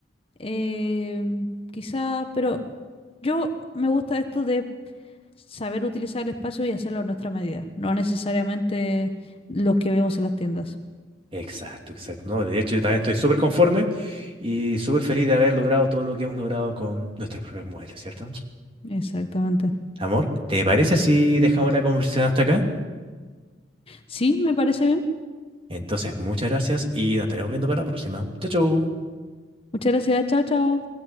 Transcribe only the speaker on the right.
Exacto, exacto. No, de hecho, yo también estoy súper conforme y súper feliz de haber logrado todo lo que hemos logrado con nuestros propios muebles, ¿cierto?
Amor, ¿te parece si dejamos la conversación hasta acá?
Entonces, muchas gracias y nos estaremos viendo para la próxima. Chau, chau.